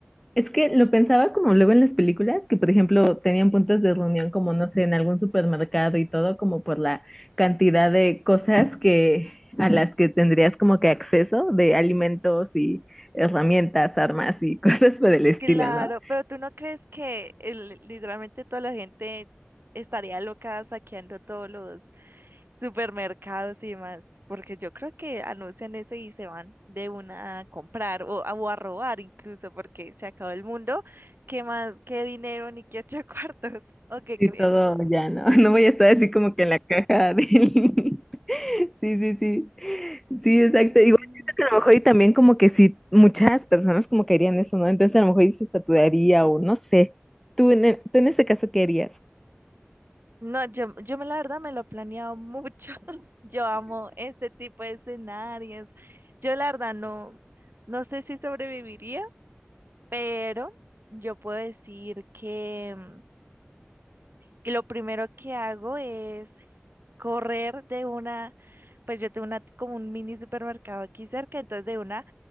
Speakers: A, in the centre; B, on the right.
A: es que lo pensaba como luego en las películas, que por ejemplo tenían puntos de reunión como, no sé, en algún supermercado y todo, como por la cantidad de cosas que a las que tendrías como que acceso, de alimentos y herramientas, armas y <laughs> cosas por el estilo,
B: Claro,
A: ¿no?
B: pero ¿tú no crees que el- literalmente toda la gente estaría loca saqueando todos los supermercados y demás, porque yo creo que anuncian eso y se van de una a comprar o a, o a robar incluso, porque se acabó el mundo, ¿qué más, qué dinero ni qué ocho <laughs> cuartos? ¿O qué
A: Sí,
B: crees?
A: todo ya, ¿no? <laughs> No voy a estar así como que en la caja del... <laughs> Sí, sí, sí. Sí, exacto.
B: No.
A: Igual siento que a lo mejor y también como que sí, muchas personas como que harían eso, ¿no? Entonces a lo mejor y se saturaría o no sé. ¿Tú en, e- tú en este caso qué harías?
B: No, yo, yo me- la verdad me lo he planeado mucho. <laughs> Yo amo este tipo de escenarios. Yo la verdad no, no sé si sobreviviría, pero yo puedo decir que, mm, que lo primero que hago es correr de una, pues yo tengo una, como un mini supermercado aquí cerca, entonces de una